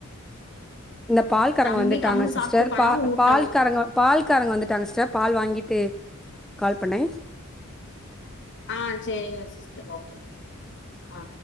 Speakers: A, in the centre; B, on the left.
A: இந்த பால் காரங்க
B: தம்பி
A: வந்துட்டாங்க
B: கம்முனு
A: சிஸ்டர்
B: சாப்ட்டுப்பானா
A: பால்
B: ஊட்டணும்.
A: பால் காரங்க பால் காரங்க வந்துட்டாங்க சிஸ்டர் பால் வாங்கிட்டு கால் பண்ணே
B: ஆ சேரிங்க சிஸ்டர் ஓகே ஆ